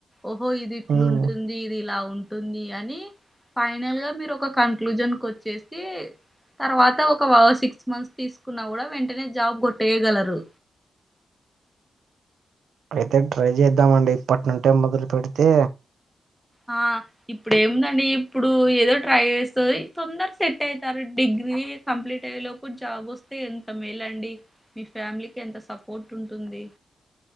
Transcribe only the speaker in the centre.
ఓహో ఇది ఇట్లు
ఉంటుంది, ఇది ఇలా ఉంటుంది అని ఫైనల్ గా మీరు ఒక కన్క్లూజన్ కీ వచ్చేసి తర్వాత ఒక సిక్స్ మంత్స్ తీసుకున్నా కూడా వెంటనే జాబ్ కొట్టేయగలరు,
ఆ ఇప్పుడు ఏముందండి ఇప్పుడు ఏదో ట్రై చేస్తాది, తొందర సెట్ అయితారు డిగ్రీ కంప్లీట్ అయ్యే లోప్పు జాబ్ వస్తు తే ఎంత మేలండి మీ ఫ్యామిలీకి ఎంత సపోర్ట్ ఉంటుంది,